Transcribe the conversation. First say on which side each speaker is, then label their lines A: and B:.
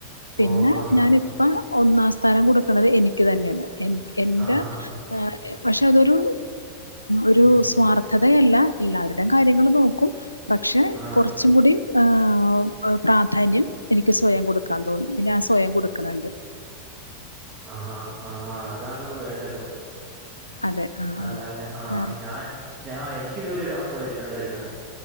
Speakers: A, on the left (about 80°); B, on the right (about 25°).
A: പിന്നെ
B: ഓ ആഹാ
A: ഞാന് - അപ്പം ഒന്നാം സ്ഥാനം കൊടുക്കണത് എനിക്ക് തന്നെയാണ് എൻ എൻ്റെ
B: ആഹാ
A: ആ - പക്ഷെ അതൊരു ഒരു
B: ഉം
A: സ്വാർഥ- ധതയല്ല എല്ലാവരുടെയും കാര്യങ്ങള് നോക്കും പക്ഷെ
B: ആ
A: കൊറച്ചും കൂടി- ആഹ് പ്രാധാന്യം എനിക്ക് സ്വയം കൊടുക്കാൻ തോനും സ്വയം കൊടുക്കണണ്ട്
B: ആഹാ ആ അതാണ് വേണ്ടതും
A: അതെ ആ
B: അല്ലാതെ ആഹ്
A: ആ
B: ഞാൻ ഞാ എനിക്ക് ഇതുപോലെ ഒരു അവസ്ഥ പറ്റിട്ടുണ്ടായിരുന്നു